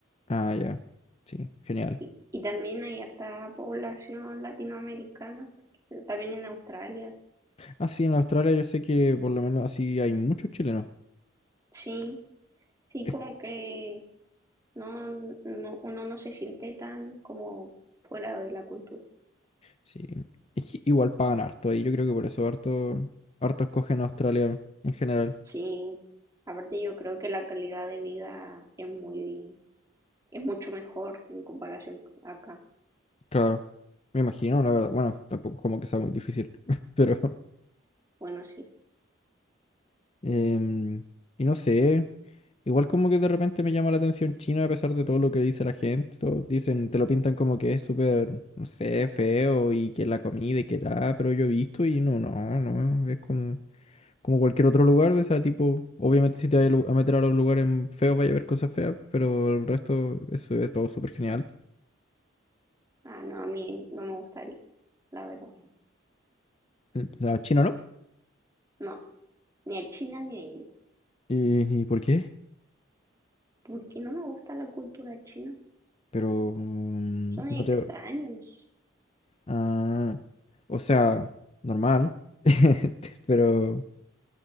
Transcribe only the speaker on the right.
y, y también hay harta población latinoamericana, también en Australia,
sí, sí
como que No, no, uno no se siente tan como fuera de la cultura.
Sí, aparte yo creo que la calidad de vida es muy, es mucho mejor en comparación acá.
Bueno, sí.
Ah, no, a mí no me gustaría, la verdad.
No, ni a China ni a India.
Porque no me gusta la cultura china.
Son
extraños.